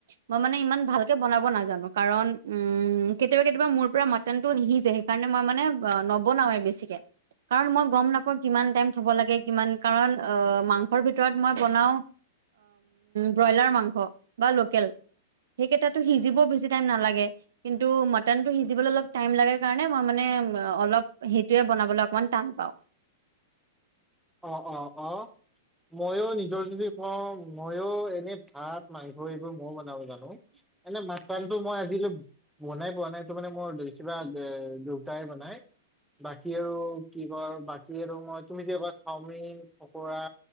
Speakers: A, on the right; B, in the centre.
A: মই মানে ইমান ভালকে বনাব নাজানো কাৰণ উম, কেতিয়াবা কেতিয়াবা মোৰ পৰা মটনটো নিসিজে সেইকাৰণে মই মানে নবনাওেই বেছিকে কাৰণ মই গম নাপাওঁ কিমান টাইম থব লাগে কিমান কাৰণ মাংসৰ ভিতৰত মই বনাও ব্ৰইলাৰ মাংস। বা লোকেল সেইকেইটাটো সিজিব বেছি টাইম নালাগে কিন্তু মটনটো সিজিবলৈ অলপ টাইম লাগে কাৰণে মই মানে অলপ সেইটোৱে বনাবলৈ অকমান টান পাওঁ।
B: অ', অ', অ', ময়ো নিজৰ যদি কওঁ ময়ো এনে ভাত মাংস এইবোৰ ময়ো বনাব জানো। এনে মা পানটো মই আজিলৈ বনাই পোৱা নাই সেইটো মানে মোৰ বেছিবা দুতাই বনাই বাকী আৰু কি কৰ বাকী আৰু মই তুমি যে কচ চাওমিন, পকোৰা